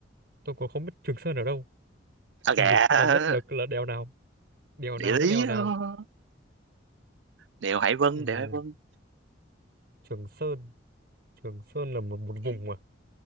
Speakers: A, on the right; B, on the right.
A: tôi cũng không biết Trường Sơn ở đâu
B: à
A: thì
B: kìa
A: làm sao mà biết được là đèo nào đèo
B: địa
A: nào với
B: lý
A: đèo nào
B: đó đèo Hải Vân
A: ừ.
B: đèo Hải Vân
A: Trường Sơn Trường Sơn là một, một vùng
B: ngang
A: à